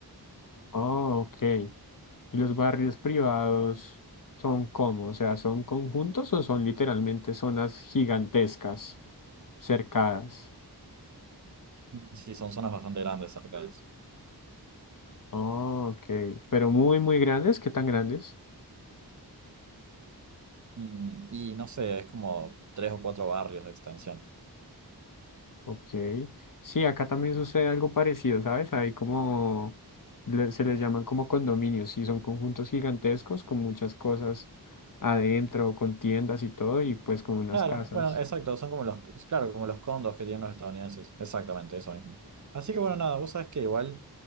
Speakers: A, on the left; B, on the right.
A: Oh, ok. ¿Y los barrios privados son cómo? O sea, ¿son conjuntos o son literalmente zonas gigantescas, cercadas?
B: Sí, son zonas bastante grandes, cercanas.
A: Oh, ok. Pero muy, muy grandes. ¿Qué tan grandes?
B: Mm, y no sé, es como tres o cuatro barrios de extensión.
A: Ok. Sí, acá también sucede algo parecido, ¿sabes? Hay como, le- se les llaman como condominios, y son conjuntos gigantescos con muchas cosas adentro, con tiendas y todo, y pues con unas
B: Claro,
A: casas.
B: bueno, exacto, son como los, claro, como los condos que tienen los estadounidenses, exactamente, eso mismo. Así que bueno, nada, vos sabés que igual